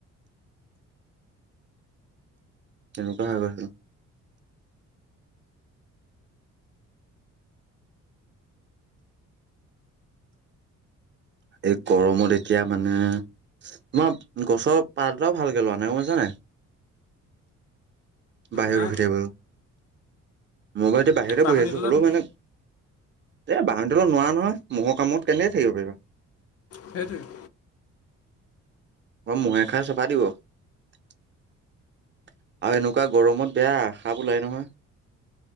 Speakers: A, on the right; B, on the left.
A: তেনেকুৱা হৈ গৈছে। এই গৰমত এতিয়া মানে তোমাৰ গছৰ পাট এটাও ভাল কে লোৰা নাই গম পাইছানে নাই। বাহিৰ
B: নাই
A: ৰখি থাকিব লেউ। মইবাইটো বাহিৰতে
B: বাঁহনি
A: বহিছো
B: তলত
A: হ'লেও মানে এ বাহনীতলত নোৱাৰোৱা নহয় মহৰ কামোৱত কেনেকয়ে থাকিব পাৰিবা।
B: সেইটোৱ।
A: আৰু মহে খাই চাফা দিব। আৰু এনেকুৱা গৰমত বেয়া সাপ ওলাই নহয়।